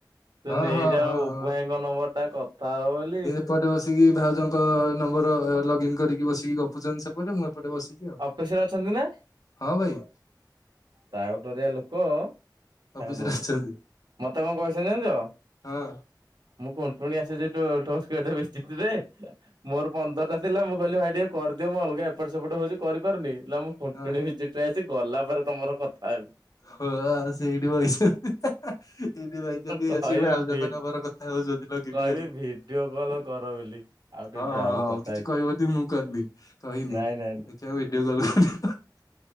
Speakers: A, on the right; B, on the left.
A: ତୁ
B: ହଁ
A: ନେଇଯାଉ
B: ହଁ ହଁ
A: ବୁବୁ
B: ହଁ।
A: ଭାଇଙ୍କ ନମ୍ବର ଟା କଥା ହବ ବୋଲି
B: ଏପଟେ ବସିକି ଭାଉଜଙ୍କ ନମ୍ବର ଲଗଇନ କରିକି ବସିକି ଗପୁଛନ୍ତି ସେପଟେ ମୁଁ ଏପଟେ ବସିିକି
A: ଅଫିସ ରେ ଅଛନ୍ତି ନା?
B: ହଁ ଭାଇ।
A: ଟାଉ ଟରିଆ ଲୋକ ତାଙ୍କୁ
B: ଅଫିସରେ
A: ଦଉଛି
B: ଅଛନ୍ତି।
A: ମତେ କଣ କହିଛନ୍ତି ଜାଣିଛ?
B: ହଁ।
A: ମୁଁ ଗୁଣ୍ଠୁଣି ଆସିଛି ଟୋ ଟୋ <unintelligible> ବିସ୍କିଟ୍ ରେ ମୋର ପନ୍ଦରଟା ଥିଲା ମୁଁ କହିଲି ଭାଇ ଟିକେ କରିଦିଅ ମୁଁ ଅଲଗା ଏପଟସେପଟ ହଉଛି କରିପାରୁନି ମୁଁ ଖୁଣ୍ଟୁଣି
B: ହଁ।
A: ଭିଜିଟ ରେ ରେ ଆଇଛି ଗଲା ପରେ ତମର କଥା ହେବି।
B: ହଉ ଆଉ ସେ ଏଇଠି ବଇ ଛନ୍ତି। <unintelligible> ଏଇଠି ବଇଛନ୍ତି
A: କହିବି
B: ଆସିକି ଭାଉଜ
A: ଭି
B: ଙ୍କ ନମ୍ୱର କଥା ହଉଛନ୍ତି ଲଗଇନ୍
A: କହିବି
B: କରିକି?
A: ଭିଡିଓ କଲ କର ବୋଲି ଆଉ ଟିକେ
B: ହଁ ହଁ
A: ଯାଉ
B: ହଉ
A: କଥା
B: କିଛି
A: ହେଇ
B: କହିବନି ମୁଁ କରିନି କହିନି
A: ନାଇଁ ନାଇଁ
B: ଦେଖିବ ଭିଡିଓ କରିକି? <unintelligible>